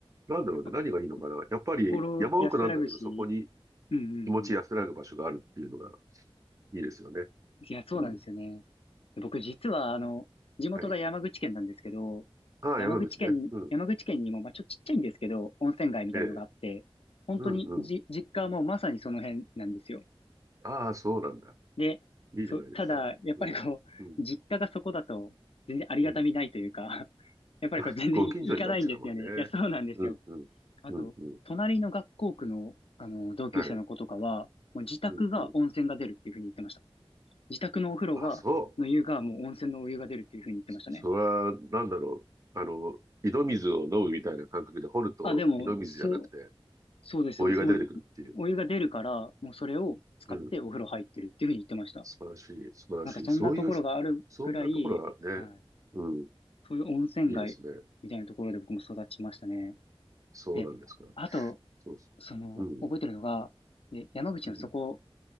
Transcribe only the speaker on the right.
う。なんだろうね。
何がいいのかな。やっぱり山奥なんだけど、
そこに
気持ち安らぐ場所があるっていうのが
いいですよね。
うん。
はい。ああ、
山口ね。うん。
ええ。
うんうん。
ああ、そうなんだ。
いいじゃないですか。
うん。うん。
うん。
まあ、
ご近所になっちゃうもんね。
うんうん。
うんうん。
はい。
うんうん。
あ、そう。
そ、それは、なんだろう。あの、井戸水を飲むみたいな感覚で掘ると、
井戸水じゃなくて、
お湯が出てくるっていう。
うん素晴らしい、素晴らしい。
そういうひ、そんなところはね、
うん、
いいですね。そうなんですか。
そうそう。
うん、
うん。